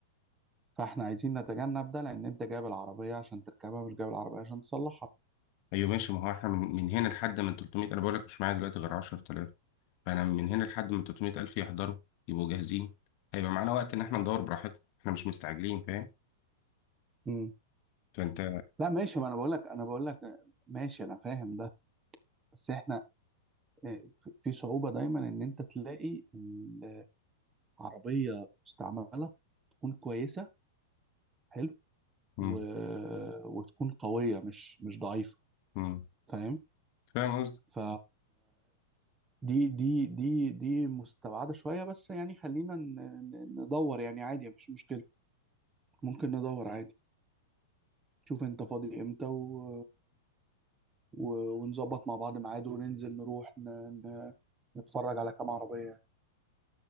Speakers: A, on the right (about 15°); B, on the left (about 45°).
A: فإحنا عايزين نتجنب ده لأن أنت جايب العربية عشان تركبها مش جايب العربية عشان تصلحها
B: أيوة ماشي ما هو إحنا من, من هنا لحد من 300 أنا بقول لك مش معايا دلوقتي غير 10000 فأنا من هنا لحد من 300 ألف يحضروا يبقوا جاهزين هيبقى معانا وقت إن إحنا ندور براحتنا إحنا مش مستعجلين فاهم
A: مم.
B: فأنت
A: لا ماشي ما أنا بقول لك أنا بقول لك ماشي أنا فاهم ده بس إحنا آه، في في صعوبة دايما إن أنت تلاقي إن عربية مستعملة تكون كويسة حلو
B: مم.
A: و... وتكون قوية مش مش ضعيفة
B: مم.
A: فاهم؟
B: فاهم
A: ف دي دي دي دي مستبعدة شوية بس يعني خلينا ن- ن- ندور يعني عادي مفيش مشكلة ممكن ندور عادي شوف انت فاضي امتى و... و... ونظبط مع بعض ميعاد وننزل نروح ن... ن... نتفرج على كام عربية يعني